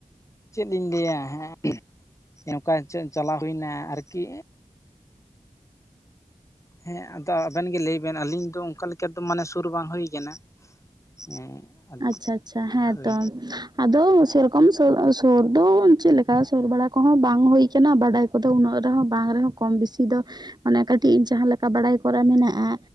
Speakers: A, on the left; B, on the right.
A: ᱪᱮᱫ ᱤᱧ ᱞᱟᱹᱭᱟ, ᱦᱮᱸ, <unintelligible> ᱪᱚ ᱪᱟᱞᱟᱣ ᱦᱩᱭᱱᱟ ᱟᱨᱠᱤ ᱦᱮᱸ, ᱟᱫᱚ ᱟᱵᱮᱱ ᱜᱮ ᱞᱟᱹᱭ ᱵᱮᱱ ᱟᱞᱤᱧ ᱫᱚ ᱚᱱᱠᱟ ᱞᱮᱠᱟ ᱫᱚ ᱢᱟᱱᱮ ᱥᱩᱨ ᱵᱟᱝ ᱦᱩᱭ ᱠᱟᱱᱟ᱾ ᱦᱮᱸ,
B: ᱟᱪᱪᱷᱟ, ᱟᱪᱪᱷᱟ, ᱦᱮᱸ
A: ᱦᱳᱭ
B: ᱛᱚ, ᱟᱫᱚ ᱥᱮᱨᱚᱠᱚᱢ ᱥᱩ ᱥᱩᱨ ᱫᱚ ᱪᱮᱫ ᱞᱮᱠᱟ ᱥᱩᱨ ᱵᱟᱲᱟ ᱠᱚᱦᱚᱸ ᱵᱟᱝ ᱦᱩᱭ ᱟᱠᱟᱱᱟ ᱵᱟᱰᱟᱭ ᱠᱚᱫᱚ ᱩᱱᱟᱹᱜ ᱨᱮᱦᱚᱸ ᱵᱟᱝ ᱨᱮᱦᱚᱸ ᱠᱚᱢ ᱵᱤᱥᱤ ᱫᱚ ᱢᱚᱱᱮ ᱠᱟᱹᱴᱤᱡ ᱧᱤ ᱡᱟᱦᱟᱸ ᱞᱮᱠᱟ ᱵᱟᱲᱟᱭ ᱠᱚᱨᱟ ᱢᱮᱱᱟᱜᱼᱟ